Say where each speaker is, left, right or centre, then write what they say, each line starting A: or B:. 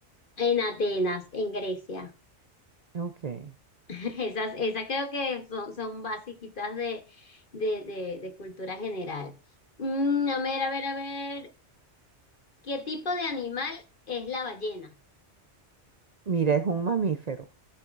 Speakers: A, on the left (about 50°); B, on the right (about 45°).
A: En Atenas, en Grecia.
B: Ok.
A: <laughs> Esas, esas creo que son, son basiquitas de, de, de, de cultura general. Mm, a ver, a ver, a ver. ¿Qué tipo de animal es la ballena?
B: Mira, es un mamífero.